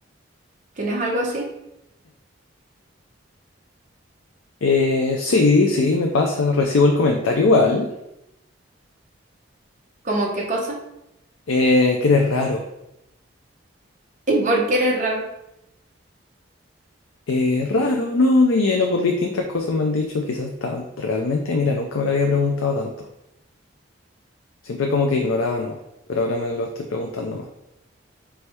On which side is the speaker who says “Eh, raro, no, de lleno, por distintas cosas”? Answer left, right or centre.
Left